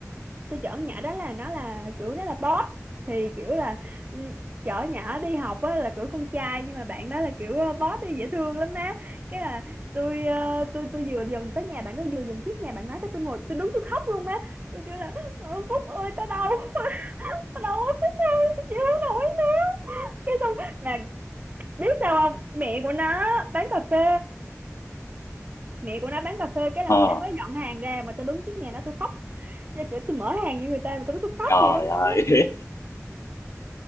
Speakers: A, on the right (about 30°); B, on the left (about 60°).
A: tôi chở nhỏ đó là nó là kiểu nó là boss thì kiểu là ừ, chở nhỏ đi học á là kiểu con trai nhưng mà bạn đó là kiểu ờ, boss đi dễ thương lắm má cái là tôi ờ, tôi tôi vừa dần tới nhà bạn đó vừa dần trước nhà bạn nói cái tôi ngồi tôi đứng tôi khóc luôn má tôi kêu là "Ờ, Phúc ơi tao đau <laughs> quá, tao đau quá Phúc tao chịu không nổi nữa cái xong mà biết sao không mẹ của nó bán cà phê mẹ của nó bán cà phê cái là
B: ờ
A: mẹ nó mới dọn hàng ra mà tôi đứng trước nhà nó tôi khóc Chứ kiểu tôi mở hàng như người ta mà tôi nói tôi khóc
B: trời
A: vậy đó nó
B: ơi